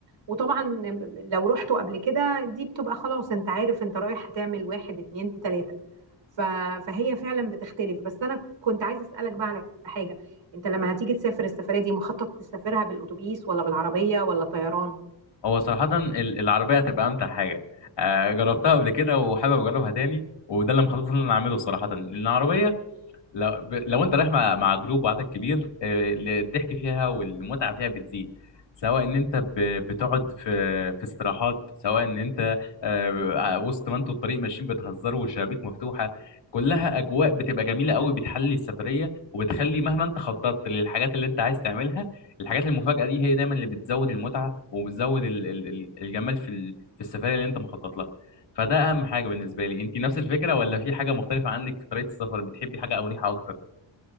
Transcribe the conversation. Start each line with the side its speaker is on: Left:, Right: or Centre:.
Right: وطبعا لو رحته قبل كده دي بتبقى خلاص انت عارف انت رايح هتعمل واحد اتنين تلاتة ف... فهي فعلا بتختلف بس انا كنت عايزة اسألك بقى على حاجة انت لما هتيجي تسافر السفريه دي مخطط تسافرها بالاتوبيس ولا بالعربيه ولا طيران
Left: هو صراحه ال- العربيه هتبقى امتع حاجه آه جربتها قبل كده وحابب اجربها تاني وده اللي مخطط ان انا اعمله صراحه لان العربيه لو ب... لو انت رايح مع مع جروب وعدد كبير آه، الضحك فيها والمتعه فيها بتزيد سواء ان انت ب... بتقعد في في استراحات سواء ان انت آه، آه، وسط ما انتوا الطريق ماشيين بتهزروا والشبابيك مفتوحه كلها اجواء بتبقى جميله قوي بتحلي السفريه وبتخلي مهما انت خططت للحاجات اللي انت عايز تعملها الحاجات المفاجاه دي هي دايما اللي بتزود المتعه وبتزود ال... ال- ال- الجمال في ال... في السفريه اللي انت مخطط لها فده اهم حاجه بالنسبه لي انت نفس الفكره ولا في حاجه مختلفه عنك في طريقه السفر بتحبي حاجه او نيحه اكتر